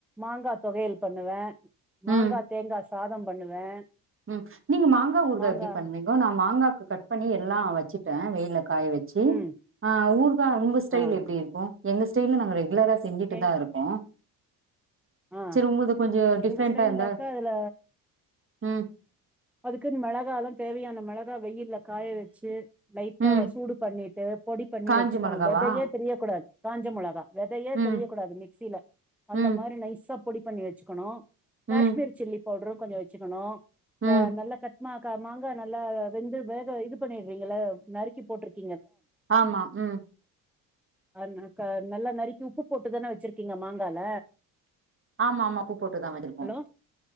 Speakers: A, in the centre; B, on the right.
A: மாங்கா தொவையல் பண்ணுவே மாங்கா
B: ம்
A: தேங்காஸ் சாதம் பண்ணுவே
B: ம் நீங்க மாங்காஊருகா
A: மாங்கா
B: எப்பிடி பண்ணுவீங்கோ நா மாங்காக்கு கட் பண்ணி எல்லா வச்சிட்டே வெ காய வச்சி
A: ம்
B: ஆ ஊருக்கா உங்கு ஸ்டைல்
A: ஆ
B: எப்பிடி இருக்கு எங்க ஸ்டைல்ல நாங்க ரெ ல்லரா செஞ்சிட்டுதா
A: எங்
B: இருக்கோ
A: ஆ
B: செரி உங்கள்து கொஞ்சோ டிஃப்ரெண்டா
A: எங்க ஸ்டைல்ந்தாக்கா
B: இருந்தா
A: அதுல
B: ம்
A: அதுக்கு மிளகாலா தேவையான மிளகா வெயில்ல காய வச்சி லைட்டா
B: ம்
A: சூடு பண்ணிட்டு பொடி பண்ணி
B: காஞ்ச
A: வச்சுக்கணு
B: மொளகாவா
A: வெதையே தெரியக்க கூடாது காஞ்சமொளகா வெதயே
B: ம்
A: தெரியக்க கூடாது மிக்சியில அந்த
B: ம்
A: மாரி நைசப் பொடி பண்ணி வச்சுக்கணு
B: ம்
A: காஷ்மீர் சில்லி பவுடரு கொஞ்சோ வச்சுக்கணு இந்த
B: ம்
A: நல்ல கட்மாக்க மாங்கா நல்லா வெந்து வேக இது பண்ணிரிவீங்கல்ல நறுக்கி போட்டிருக்கே
B: ஆமா ம்
A: அ ந க நல்லா நறுக்கி உப்பு போட்டுதான வச்சிருக்கீங்க மாங்கால
B: ஆமா ஆமா உப்பு போட்டுதா வச்சிருக்கோ
A: ஹலோ